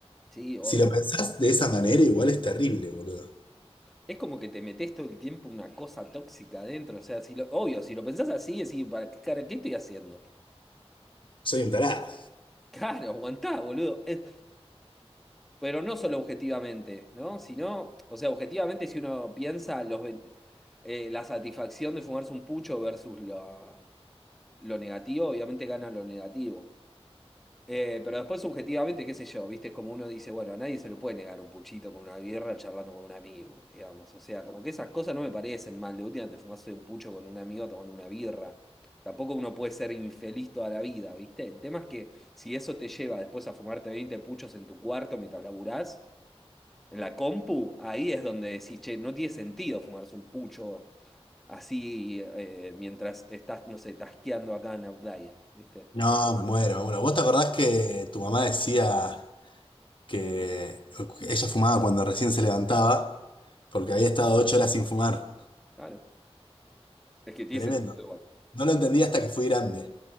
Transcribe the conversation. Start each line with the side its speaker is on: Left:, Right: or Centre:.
Centre: Sí, obvio.
Left: Si lo pensás de esa manera, igual es terrible, boludo.
Centre: Es como que te metes todo el tiempo una cosa tóxica adentro. O sea, si lo, obvio, si lo pensás así, decís, ¿para qué, cara, qué estoy haciendo?
Left: Soy un tarado.
Centre: Claro, aguantá, boludo. Es- pero no solo objetivamente, ¿no? Sino, o sea, objetivamente, si uno piensa los, ve- eh, la satisfacción de fumarse un pucho versus la- lo negativo, obviamente gana lo negativo. Eh, pero después, subjetivamente, qué sé yo, ¿viste? Es como uno dice, bueno, a nadie se le puede negar un puchito con una birra charlando con un amigo, digamos. O sea, como que esas cosas no me parecen mal. De última te fumaste un pucho con un amigo tomando una birra. Tampoco uno puede ser infeliz toda la vida, ¿viste? El tema es que si eso te lleva después a fumarte 20 puchos en tu cuarto mientras laburás, en la compu, ahí es donde decís, che, no tiene sentido fumarse un pucho así eh, mientras estás, no sé, tasqueando acá en Outlier, ¿viste?
Left: No, me muero. Bueno, ¿vos te acordás que tu mamá decía que ella fumaba cuando recién se levantaba porque había estado ocho horas sin fumar?
Centre: Claro. Es que tiene
Left: Tremendo.
Centre: sentido igual.
Left: No lo entendí hasta que fui grande.